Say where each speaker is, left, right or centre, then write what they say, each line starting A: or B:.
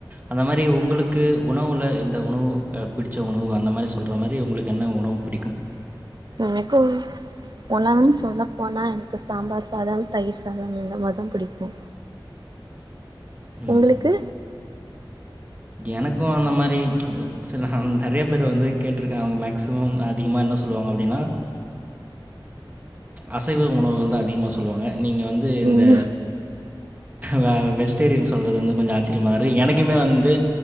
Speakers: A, on the right (about 20°); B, on the right (about 55°).
A: அந்த மாரி உங்களுக்கு உணவுல இந்த உணவு பிடிச்ச உணவு அந்த மாரி சொல்ற மாரி உங்களுக்கு என்ன உணவு பிடிக்கூ
B: எனக்கு உணவு சொல்ல போனா எனக்கு சாம்பார் சதம் தயிர் சாதம் இந்த மாதி பிடிக்கூ
A: ம்.
B: உங்களுக்கு
A: எனக்கும் அந்த மாதிரி சில நிறைய பேர் வந்து கேட்டிருக்கே அவங்க மேக்சிமம் அதிகமாக என்ன சொல்லுவாங்க அப்படின்னா அசைவ உணவுகள் தா அதிகமா சொல்லுவாங்க நீங்க வந்து இந்த
B: ம்
A: வ வெஜிடேரியன் சொல்றது வந்து கொஞ்சம் ஆச்சரியமா தா இருக்கு எனக்குமே வந்து